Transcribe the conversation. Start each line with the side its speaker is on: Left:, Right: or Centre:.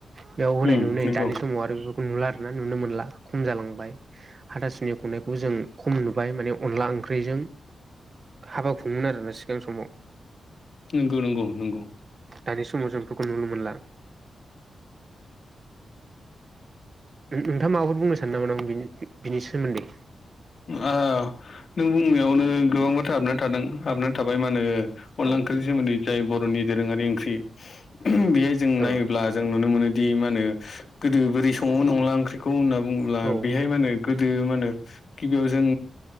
Right: बेयाव होननाय
Left: उम
Right: नुनो मोनो
Left: नंगौ
Right: दानि समाव। नुला आरोना नुनो मोनला खम जालांबाय हाथासुनि खुंननायखौ जों खम नुबाय माने अनला ओंख्रिजों हाबा खुङोमोन आरो ना सिगां समाव।
Left: नंगौ- नंगौ -नंगौ
Right: दानि समाव जों बेफोरखौ नुनो मोनला। नों नोंथांङा माफोर बुंनो <unintelligible> बि बिनि सोमोन्दै
Left: आ नों बुंनायावनो गोबां बाथ्रा हाबनानै थादों हाबनानै थाबाय मा होनो अनला
Right: औ
Left: ओंख्रिनि सोमोन्दै जाय बर'नि दोरोङारि ओंख्रि बेहाय जों नायोब्ला
Right: औ
Left: जों नुनो मोनोदि मा होनो गोदो बोरै सङोमोन अनला ओंख्रिखौ होनना बुङोब्ला
Right: औ ओ
Left: बेहाय मा होनो गोदो मा होनो गिबियाव जों